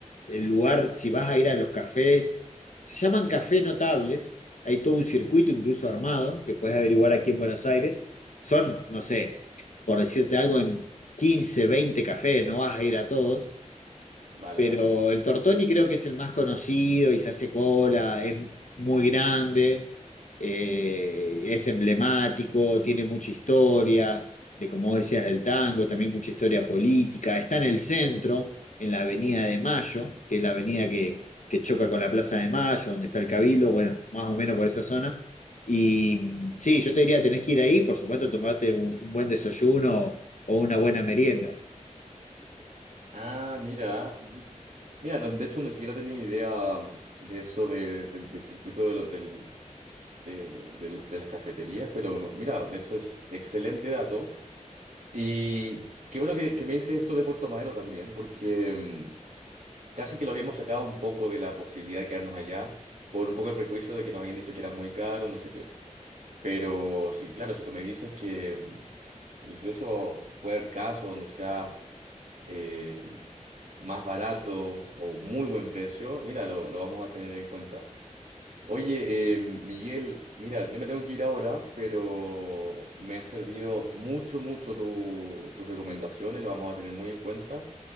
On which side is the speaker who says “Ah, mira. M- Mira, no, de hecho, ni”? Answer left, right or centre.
Right